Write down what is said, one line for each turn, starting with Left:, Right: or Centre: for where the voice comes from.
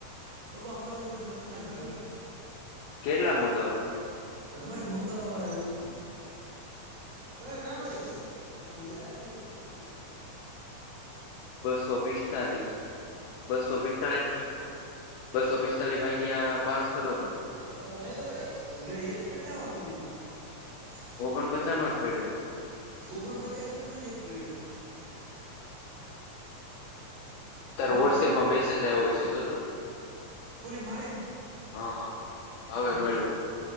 Right: તો અમારો ઓર્ડર નખ નાખ ચાલુ કર
Left: કેટલા મગાવવા
Right: અરે મંગાવવાને આય ક્યા વહી ગયો. <unintelligible>
Left: બસો પિસ્તાલીસ બસો પિસ્તાલીસ બસો પિસ્તાલીસ ભાઈ ગયા પાસ કરો તો
Right: બોલાય તો ખરી કેટલા વાર થ
Left: ઓગણપચાસ માર જ પડ્યુ
Right: ઓગણ પચાસ રૂપિયાનો જ એક પડ્યો.
Left: તાર
Right: કૂપન
Left: વોટ્સપમાં મેસેજ આવ્યો હશે જો તો.
Right: કોને મારે
Left: હા હવે
Right: ને
Left: મળયુ